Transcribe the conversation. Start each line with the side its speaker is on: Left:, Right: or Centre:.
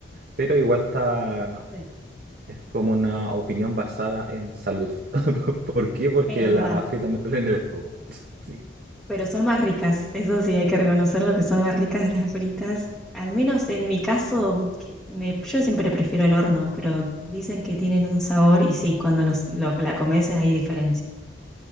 Right: pero igual está,
Centre: Sí,
Right: es como una opinión basada en salud. <laughs> ¿Por qué? Porque
Centre: es verdad.
Right: la frita me duele en el estómago. <laughs> Sí.
Centre: Pero son más ricas, eso sí, hay que reconocerlo que son más ricas las fritas. Al menos en mi caso,
Right: Sí.
Centre: que me- yo siempre prefiero el horno, pero dicen que tienen un sabor y sí, cuando los, lo- la comes hay diferencia.